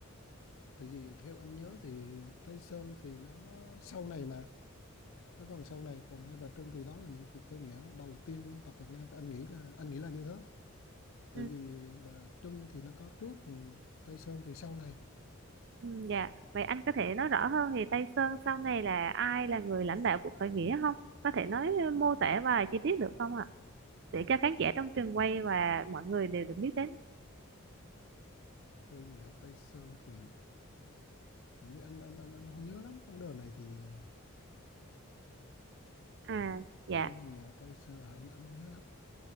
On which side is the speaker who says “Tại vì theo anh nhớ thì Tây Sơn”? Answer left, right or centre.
Left